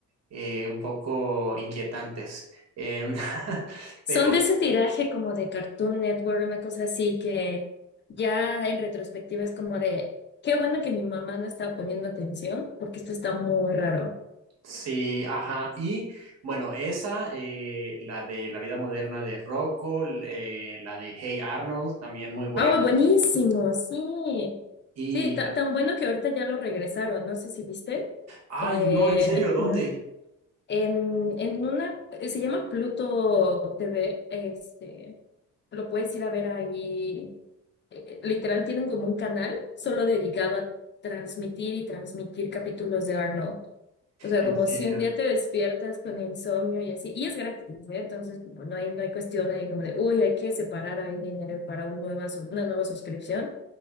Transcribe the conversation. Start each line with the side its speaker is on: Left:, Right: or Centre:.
Right: eh, un poco inquietantes. Em, <laughs> pero
Left: Son de ese tiraje como de Cartoon Network, una cosa así que ya en retrospectiva es como de, qué bueno que mi mamá no estaba poniendo atención, porque esto está muy raro.
Right: sí, ajá. Y bueno, esa, eh, la de La vida moderna de Rocco, l- eh, la de Hey Arnold, también muy buena.
Left: Ah, buenísimo, sí.
Right: Y,
Left: Sí, ta- tan bueno que ahorita ya lo regresaron, no sé si viste.
Right: ay,
Left: Eh,
Right: no, en serio, ¿dónde?
Left: ajá. En, en una, eh, se llama Pluto TV, este, lo puedes ir a ver ahí. eh, Literal tienen como un canal solo dedicado a transmitir y transmitir capítulos de Arnold. O sea,
Right: En
Left: como
Right: serio.
Left: si un día te despiertas con insomnio y así, y es gratis, ¿eh? Entonces, como no hay, no hay cuestión ahí como de, uy, hay que separar ahí dinero para un nueva, sus- una nueva suscripción.